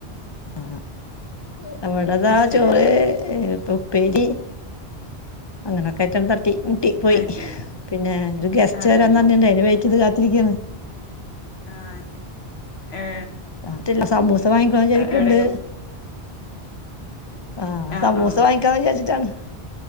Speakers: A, on the left (about 30°); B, on the left (about 75°).
A: ആ അവിടതാ
B: അത് ശരി
A: ചോറ്
B: ആ
A: ഉപ്പ പേരി അങ്ങനൊക്കെ അയിറ്റം സ്. ട്ടി മുട്ടി പോയി.
B: അത് ശരി
A: പിന്നെ എ ഗസ്റ്റ്
B: അതല്ല
A: വരാന് പർഞ്ട്ട്ണ്ട് ഐന വെയ്റ്റ്യ്ത് കാത്തിരിക്കയാണ്.
B: ആ. ഏ
A: അറ്റല്ല സമൂസ വാങ്ങിക്കണംന്ന്‌ വിചാരിക്ക്
B: എവിടെലും
A: ണ്ട്. ആഹ
B: ആ
A: സമൂസ
B: ആ
A: വാങ്ങിക്കാ വിചാരിച്ചിട്ടാണ്